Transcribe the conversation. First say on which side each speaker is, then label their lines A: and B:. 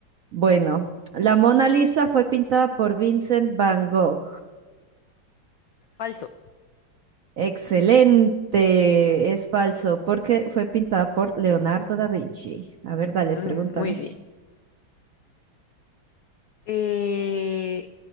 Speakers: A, on the right (about 65°); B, on the left (about 80°).
A: Bueno, la Mona Lisa fue pintada por Vincent Van Gogh.
B: Falso.
A: Excelente, es falso, porque fue pintada por Leonardo da Vinci. A ver, dale,
B: Mm,
A: pregúntame.
B: muy bien. Eh,